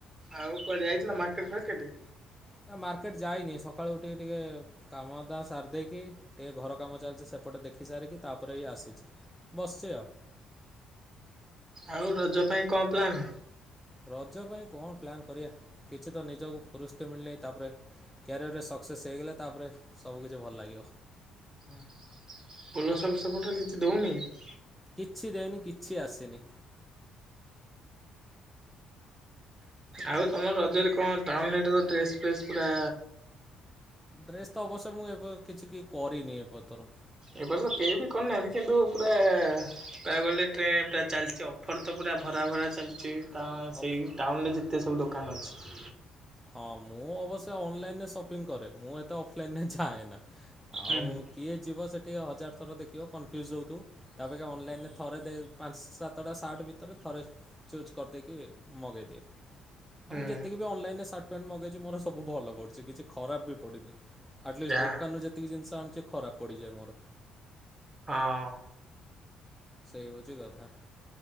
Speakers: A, on the right; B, in the centre.
A: ଆଉ କୁଆଡେ ଯାଇଥିଲ ମାର୍କେଟ ଫାର୍କେଟେ?
B: ଆ ମାର୍କେଟ୍ ଯାଇନି ସକାଳୁ ଉଠିକି ଟିକେ କାମ ଧନ୍ଧା ସାରଦେଇକି। ଟିକେ ଘର କାମ ଚାଲଛି ସେପଟେ ଦେଖି ସାରିକି ତାପରେ ଏଇ ଆସିଛି। ବସେ ଆଉ।
A: ଆଉ ରଜ ପାଇଁ କଣ ପ୍ଲାନ୍?
B: ରଜ ପାଇଁ କଣ ପ୍ଲାନ୍ କରିବା କିଛି ତ ନିଜକୁ ଫୁରୁସ୍ଟେ ମିଳୁନି ତାପରେ। କ୍ୟାରିଅରରେ ସକ୍ସେସ୍ ହେଇଗଲେ ତାପରେ ସବୁ କିିଛି ଭଲ ଲାଗିବ।
A: ହୁଁ ପୋଲସଲ ସବୁ ସେପଟରେ କିଛି ଦଉନିକି?
B: କିଛି ଦେଇନି କିଛି ଆସିନି।
A: ଆଉ ତମ ରଜରେ କଣ ଟାଉନଟର ଡ୍ରେସ୍ ଫ୍ରେସ୍ ପୁରା।
B: ଡ୍ରେସ୍ ତ ଅବଶ୍ୟ ମୁଁ ଏବେ କିଛି କି କରିନି ଏପଥର।
A: ଏ ବର୍ଷ କେହି ବି କରିନାହାନ୍ତି କିନ୍ତୁ ପୁରା କହିବାକୁ ଗଲେ ଟ୍ରେଣ୍ଡ ଟା ଚାଲଛି ଆଉ। ଫର ତ ପୁରା ଭରା ଭରା ଚାଲଛି ତ ସେଇ
B: ଅଫ୍
A: ଟାଉନ୍ରରେ ଯେତେ ସବୁ ଦୋକାନ ଅଛି।
B: ହଁ ମୁଁ ଅବଶ୍ୟ ଅନଲାଇନରେ ସପିଙ୍ଗ କରେ ମୁଁ ଏତେ ଅଫଲାଇନରେ ଯାଏନା
A: ହୁଁ
B: ଆଉ।
A: ହୁଁ।
B: କିଏ ଯିବ ସେଠିକି ହଜାର ଥର ଦେଖିବ କନଫ୍ୟୁଜ୍ ହଉଥୁବ। ତାପକ୍ଷା ଅନଲାଇନ ରେ ଥରେ ଦେ ପାଞ୍ଚ ସାତଟା ସାର୍ଟ ଭିତରୁ ଥରେ। ଚୁଜ୍ କରିଦେଇକି ମଗେଇ ଦିଅ। ଆଉ
A: ହୁଁ
B: ମୁଁ ଯେତିକି ବି ଅନଲାଇନରେ ସାର୍ଟ ପ୍ୟାଣ୍ଟ ମଗେଇଚି ମୋର ସବୁ ଭଲ ପଡ଼ିଛି କିଛି ଖରାପ ବି ପଡିନି। ଆଟଲିଷ୍ଟ୍
A: ଯା
B: ଦୋକାନରୁ ଯେତିକ ଜିନଷ ଆଣୁଚି ଖରାପ ପଡ଼ିଯାଏ ମୋର।
A: ହଁ।
B: ସେଇ ହଉଛି କଥା।